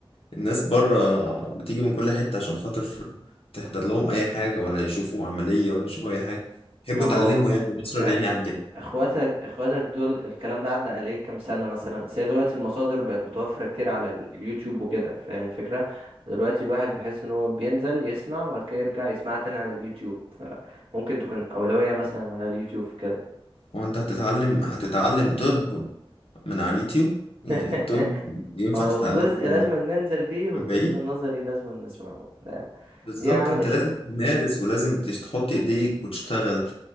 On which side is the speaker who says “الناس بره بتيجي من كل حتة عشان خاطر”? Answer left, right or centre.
Left